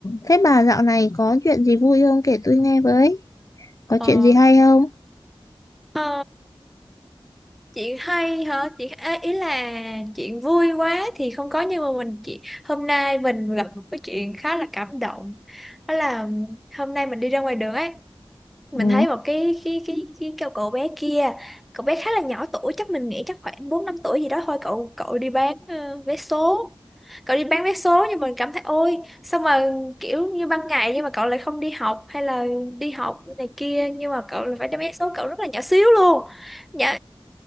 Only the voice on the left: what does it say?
thế bà dạo này có chuyện gì vui không kể tôi nghe với có
chuyện gì hay không
ừ.